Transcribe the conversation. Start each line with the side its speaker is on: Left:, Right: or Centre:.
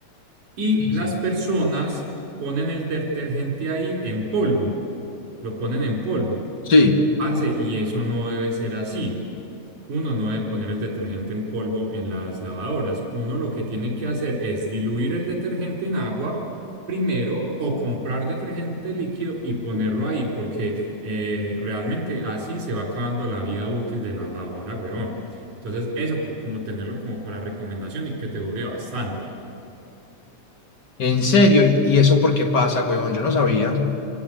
Right: Y
Left: sí,
Right: las
Left: sí.
Right: personas ponen el detergente ahí en polvo, lo ponen en polvo.
Left: Sí.
Right: Parce, y eso no debe ser así. Uno no debe poner el detergente en polvo en las lavadoras. Uno lo que tiene que hacer es diluir el detergente en agua primero o comprar detergente líquido y ponerlo ahí, porque eh, realmente así se va acabando la vida útil de la lavadora, huevón. Entonces, eso pu- como tenerlo como para recomendación y que te dure bastante.
Left: En serio, ¿y y eso por qué pasa, huevón? Yo no sabía.